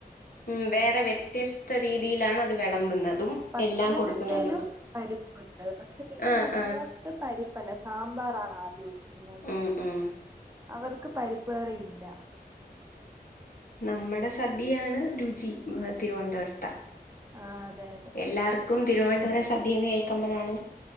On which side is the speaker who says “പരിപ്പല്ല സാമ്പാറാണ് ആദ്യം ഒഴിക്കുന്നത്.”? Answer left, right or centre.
Right